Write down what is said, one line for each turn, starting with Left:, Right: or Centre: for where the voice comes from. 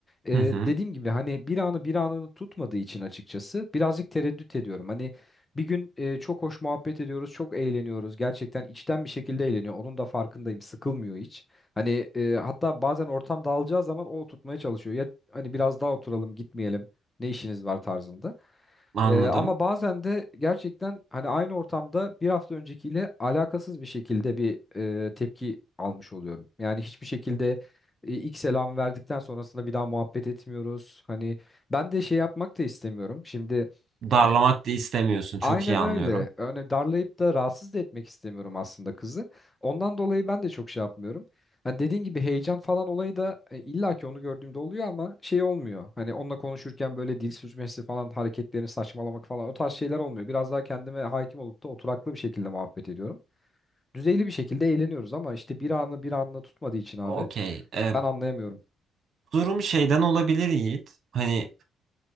Left: Ee,
Right: Hı hı.
Left: dediğim gibi hani bir anı bir anını tutmadığı için açıkçası birazcık tereddüt ediyorum. Hani bir gün e, çok hoş muhabbet ediyoruz, çok eğleniyoruz. Gerçekten içten bir şekilde eğleniyor. Onun da farkındayım. Sıkılmıyor hiç. Hani e, hatta bazen ortam dağılacağı zaman o tutmaya çalışıyor. Ya hani biraz daha oturalım, gitmeyelim. Ne işiniz var tarzında.
Right: Anladım.
Left: Ee, ama bazen de gerçekten hani aynı ortamda bir hafta öncekiyle alakasız bir şekilde bir e, tepki almış oluyorum. Yani hiçbir şekilde e, ilk selamı verdikten sonrasında bir daha muhabbet etmiyoruz. Hani ben de şey yapmak da istemiyorum. Şimdi
Right: Darlamak
Left: hani
Right: da istemiyorsun. Çok
Left: Aynen
Right: iyi anlıyorum.
Left: öyle. Yani darlayıp da rahatsız da etmek istemiyorum aslında kızı. Ondan dolayı ben de çok şey yapmıyorum. Hani dediğin gibi heyecan falan olayı da e, illa ki onu gördüğümde oluyor ama şey olmuyor. Hani onunla konuşurken böyle dil sürçmesi falan hareketlerini saçmalamak falan o tarz şeyler olmuyor. Biraz daha kendime hakim olup da oturaklı bir şekilde muhabbet ediyorum. Düzeyli bir şekilde eğleniyoruz ama işte bir anı bir anla tutmadığı için abi
Right: Okey. Ee,
Left: ben anlayamıyorum.
Right: durum şeyden olabilir Yiğit. Hani